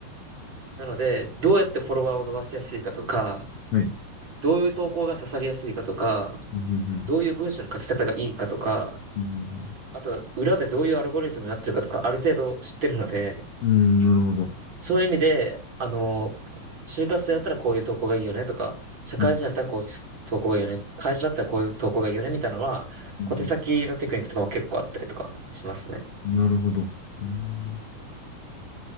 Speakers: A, on the right; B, on the left.
A: なので、どうやってフォロワーを伸ばしやすいかとか、
B: はい。
A: どういう投稿が刺さりやすいかとか、
B: うん。うん。
A: どういう文章の書き方がいいかとか、
B: うん、
A: あと、裏でどういうアルゴリズムになってるかとか、ある程度知ってるので、
B: うんなるほど。
A: そういう意味で、あの、就活生だったらこういう投稿がいいよねとか、社会人だったらこういう投稿がいいよね、
B: うん。
A: 会社だったらこういう投稿がいいよねみたいなのは、
B: うん
A: 小手先のテクニックとかも結構あったりとかしますね。
B: なるほど。うん。